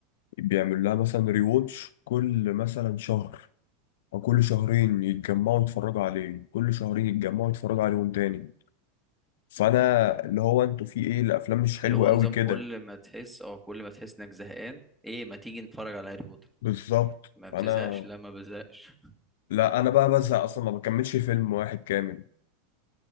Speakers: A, on the left (about 65°); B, in the centre.
A: بيعملوا لها مثلا ريواتش كل مثلا شهر أو كل شهرين يتجمعوا يتفرجوا عليه كل شهرين يتجمعوا يتفرجوا عليهم تاني فانا
B: م-
A: اللي هو انتوا في ايه الافلام مش حلوه
B: اللي هو
A: قوي
B: نظام
A: كده
B: كل ما تحس او كل ما تحس انك زهقان ايه ما تيجي نتفرج على هاري بوتر
A: بالظبط
B: ما بتزهقش
A: فانا
B: لا ما بزهقش <laughs>
A: لا انا بقى بزهق اصلا ما بكملش فيلم واحد كامل